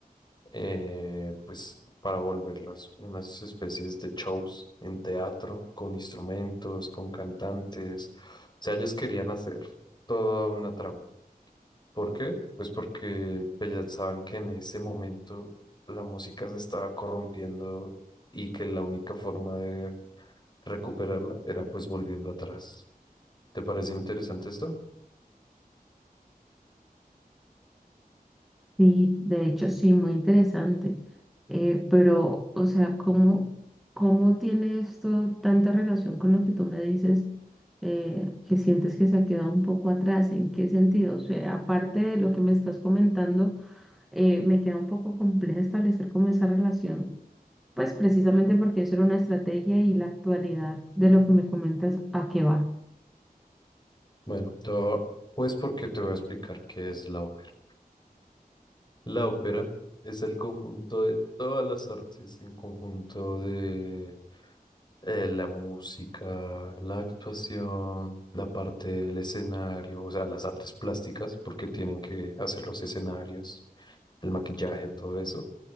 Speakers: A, on the left; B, in the centre.
A: eh, pues para volverlas unas especies de shows en teatro, con instrumentos, con cantantes. O sea, ellos querían hacer toda una trama. ¿Por qué? Pues porque pensaban que en ese momento la música se estaba corrompiendo y que la única forma de recuperarla era pues volviendo atrás. ¿Te parece interesante esto?
B: Sí, de hecho sí, muy interesante. Eh, pero, o sea, ¿cómo, cómo tiene esto tanta relación con lo que tú me dices, eh, que sientes que se ha quedado un poco atrás? ¿En qué sentido? O sea, aparte de lo que me estás comentando, eh, me queda un poco compleja establecer como esa relación, pues precisamente porque eso era una estrategia y la actualidad de lo que me comentas, ¿a qué va?
A: Bueno, todo, pues porque te voy a explicar qué es la ópera. La ópera es el conjunto de todas las artes, en conjunto de eh, la música, la actuación, la parte del escenario, o sea, las artes plásticas, porque tienen que hacer los escenarios, el maquillaje, todo eso,